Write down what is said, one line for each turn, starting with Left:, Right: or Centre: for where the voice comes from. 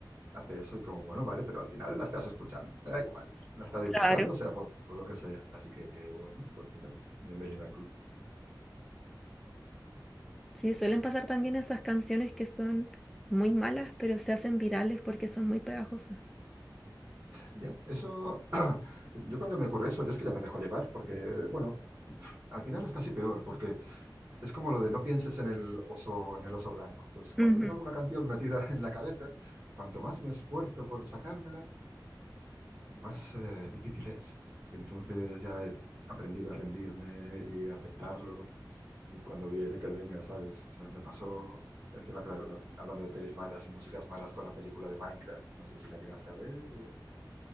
Right: hace eso y como, bueno, vale, pero al final la estás escuchando, me da igual, la estás
Centre: claro.
Right: disfrutando, sea por, por lo que sea. Así que, bueno, pues mira, bienvenida al club.
Centre: Sí, suelen pasar también esas canciones que son muy malas, pero se hacen virales porque son muy pegajosas.
Right: Ya, eso, yo cuando me ocurre eso, yo es que ya me dejo llevar, porque, bueno, al final es casi peor, porque es como lo de no pienses en el oso, en el oso blanco. Pues cuando
Centre: Ujú.
Right: tengo alguna canción metida <laughs> en la cabeza, cuanto más me esfuerzo por sacármela, más eh, difícil es. Entonces ya he aprendido a rendirme y a aceptarlo Y cuando viene, que venga, ¿sabes? O sea, me pasó, encima, claro, hablando de pelis malas y músicas malas con la película de Minecraft, no sé si la llegaste a ver. o-